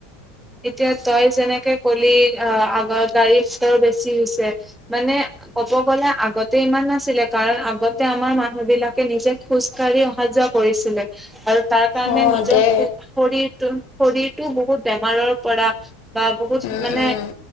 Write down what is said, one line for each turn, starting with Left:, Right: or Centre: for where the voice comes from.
Centre: এতিয়া তই যেনেকে কলি অ আগৰ গাড়ীৰ স্তৰ বেছি হৈছে। মানে ক'ব গ'লে আগতে ইমান নাছিলে। কাৰণ আগতে আমাৰ মানুহ বিলাকে নিজে খোজ কাঢ়ি অহা-যোৱা কৰিছিলে আৰু তাৰ কাৰণে
Left: অ',
Centre: নিজৰ
Left: দে
Centre: শৰ শৰীৰটোৰ শৰীৰটোও বহুত বেমাৰৰ পৰা, বা বহুত
Left: উম,
Centre: মানে
Left: উম,